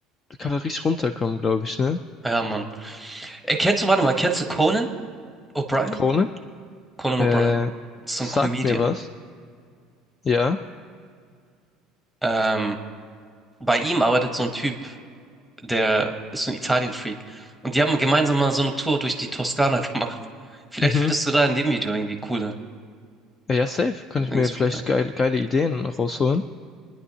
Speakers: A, on the left; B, in the centre.
A: Da kann man richtig runterkommen, glaube ich, ne?
B: Ja, Mann. Äh, kennst du, warte mal, kennst du Conan O'Brien?
A: Krone?
B: Conan
A: Äh,
B: O'Brien. ist so
A: sagt
B: ein Comedian.
A: mir was. Ja.
B: Ähm, bei ihm arbeitet so ein Typ, der ist so ein Italien-Freak. Und die haben gemeinsam mal so eine Tour durch die Toskana <laughs> gemacht. Vielleicht
A: Mhm.
B: findest du da in dem Video irgendwie coole
A: Ja, safe. Kann
B: Linkspunkte.
A: ich mir vielleicht geile, geile Ideen rausholen.